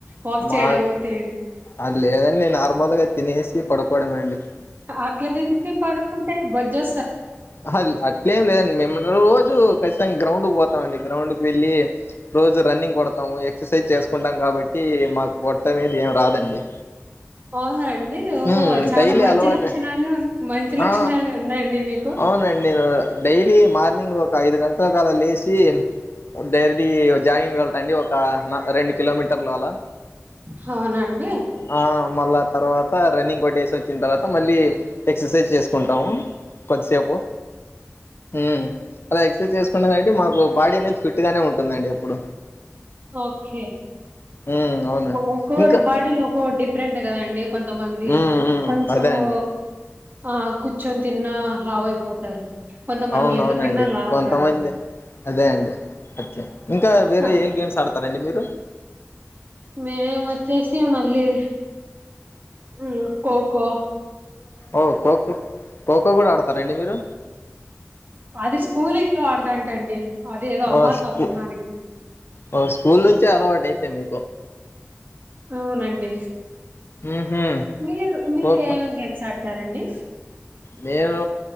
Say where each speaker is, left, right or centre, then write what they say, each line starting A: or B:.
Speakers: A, on the right (about 45°); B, on the left (about 55°).
A: వాక్
B: మా
A: చేయడం త్
B: అది లేదంని నార్మల్గా తినేసి పడుకోవడమే అండి
A: అట్ల తిని పడుకుంటే బొజ్జో
B: ఆహా అట్లేం లేదండి మేము రోజు కచ్చితంగా గ్రౌండ్ పోతామండి గ్రౌండ్ కు వెళ్ళి రోజు రన్నింగ్ కొడతాము ఎక్సర్సైజ్ చేసుకుంటాం కాబ టి మాకు పొట్టనేది ఏం రాదండి
A: ఔనా అండి ఓహో
B: ఉమ్
A: చాలా
B: డైలీ
A: మంచి
B: అలవాటే
A: లక్షణాలే మంచి లక్షణాలే
B: ఆ
A: ఉన్నాయండీ మీకు
B: అవునండి నేను డైలీ మార్నింగ్ ఒక ఐదు గంటల కల లేసి డైర్లీ జాగింగ్ వెల్ అండి ఒక నా రెండు కిలోమీటర్లు అలా
A: హవునండి
B: ఆ మళ్ళా తర్వాత రన్నింగ్ కొట్టేసి వచ్చిన తర్వాత మళ్ళీ ఎక్సర్సైజ్ చేసుకుంటాము కొద్దిసేపు ఉమ్ అల ఎక్సర్సైజ్ చేసుకునేటి మాకు బాడీ అనేది ఫిట్ గానే ఉంటుందండి ఎప్పుడు
A: ఓకే
B: హ్మ్ అవును
A: ఒక్కోరు
B: ఇంకా
A: బాడీలో ఒక్కో డిఫరెంట్ కదాండి కొంతమం ది
B: హ్మ్ హ్మ్
A: కొంచమూ
B: అదే అండి
A: ఆ కూర్చొని తిన్నా లావయిపోతారు కొంతమంది
B: అవునవునండి
A: ఎంత తిన్నా లావు
B: కొంతమంది
A: గారు
B: అదే అండి అట్లా ఇంకా వేరే
A: అ
B: ఏం గేమ్స్ ఆడతారండి మీరు
A: మేమచ్చేసి మళ్ళీ ఊమ్ ఖో ఖో
B: ఓ ఖోఖో ఖోఖో కూడా ఆడతారండి మీరు
A: అది స్కూలింగ్ లో ఆడదంట అండి అది ఏదో
B: ఓ
A: అమాస
B: స్కూ
A: పున్నానికి
B: ఓ స్కూల్ నుంచే అలవాటు అయితే మీ
A: అవునండి
B: ఊహూ
A: మీరు మీరు
B: ఖోఖో
A: ఏమేమి గేమ్స్ ఆడతారండి
B: నేను